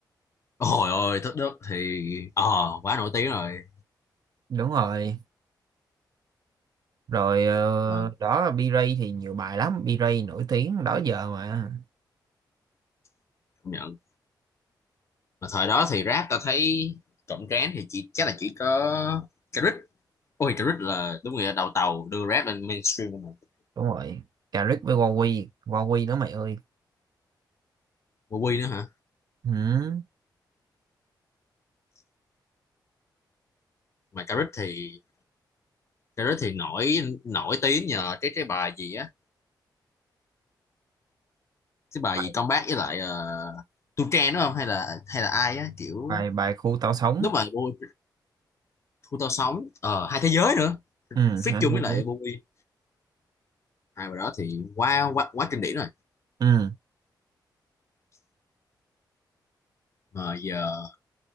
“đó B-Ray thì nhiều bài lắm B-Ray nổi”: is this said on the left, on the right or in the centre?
Right